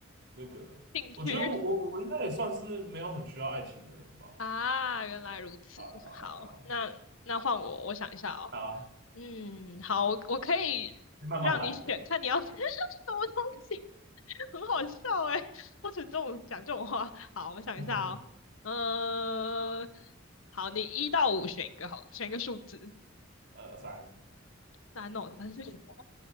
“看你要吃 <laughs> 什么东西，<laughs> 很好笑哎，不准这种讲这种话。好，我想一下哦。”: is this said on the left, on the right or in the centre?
Left